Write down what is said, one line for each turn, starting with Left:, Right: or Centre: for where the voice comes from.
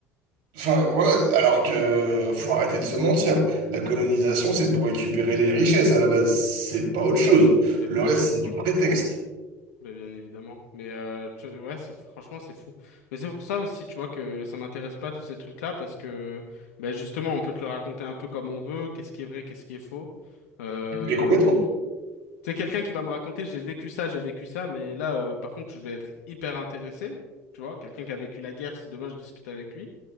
Right: Enfin, voilà, alors que faut arrêter de se mentir. La colonisation, c'est pour récupérer les richesses à la base, c'est pas autre chose.
Left: bah,
Right: Le
Left: bien
Right: reste,
Left: sûr.
Right: c'est du
Left: <laughs>
Right: prétexte.
Left: Bah, bien évidemment. Mais euh, tu- ouais, c'est, franchement, c'est fou. Mais c'est pour ça aussi, tu vois, que ça m'intéresse pas tous ces trucs-là, parce que bah, justement, on peut te le raconter un peu comme on veut, qu'est-ce qui est vrai, qu'est-ce qui est faux. Euh,
Right: Mais complètement.
Left: pff, quelqu'un qui va me raconter, j'ai vécu ça, j'ai vécu ça, mais là, euh, par contre, je vais être hyper intéressé. Tu vois, quelqu'un qui a vécu la guerre, si demain je discute avec lui,